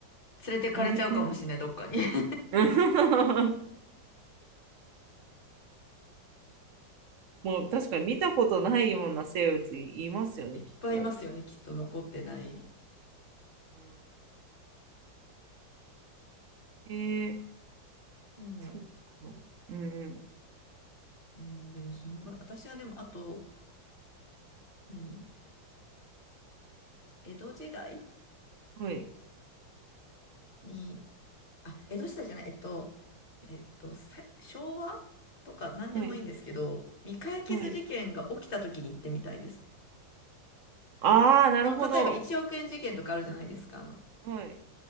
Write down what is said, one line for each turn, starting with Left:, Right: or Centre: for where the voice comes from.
Left: 連れてかれちゃうかもしれない、
Right: ええ。
Left: どっかに。<laughs>
Right: <laughs> もう確かに見たことないような生物い、ますよね、
Left: いっぱいいますよね、
Right: きっと。
Left: きっと残ってない。
Right: うん、ええ
Left: でも、
Right: そうか。うんうん。
Left: うん、でもそのぐらい。私はでも、あと、何江戸時代
Right: はい。
Left: に、あ、江戸時代じゃない、えっと、えっと、さ、昭和とか何でもいいんですけど、
Right: はい。
Left: 未解決事件が起きた時に行ってみたいです。
Right: はい。ああ、なるほど。
Left: その、例えば1億円事件とかあるじゃないですか、あの、
Right: はい。